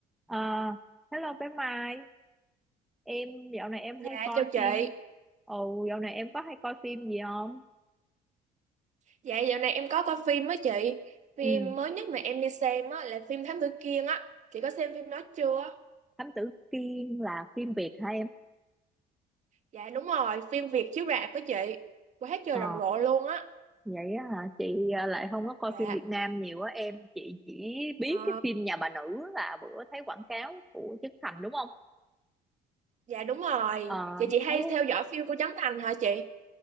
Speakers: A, in the centre; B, on the right (about 45°).
A: Ờ, hello bé Mai, em dạo này em
B: Dạ
A: hay coi
B: chào chị,
A: phim. Ồ, dạo này em có hay coi phim gì không?
B: dạ dạo này em có coi phim á chị Phim
A: Ừ,
B: mới nhất mà em đi xem á là phim Thám Tử Kiên á Chị có xem phim đó chưa?
A: Thám Tử Kiên là phim Việt hả em?
B: Dạ đúng rồi, phim Việt chiếu rạp với chị Quá trời
A: Ờ,
B: rầm rộ luôn á
A: vậy á hả? Chị ờ, lại không có coi
B: Dạ,
A: phim Việt Nam nhiều á em. Chị chỉ biết
B: ờ,
A: cái phim Nhà bà nữ là bữa thấy quảng cáo của Trấn Thành đúng không?
B: dạ đúng rồi
A: Ờ,
B: Dạ chị hay
A: thấy
B: theo dõi phim của Trấn Thành hả chị?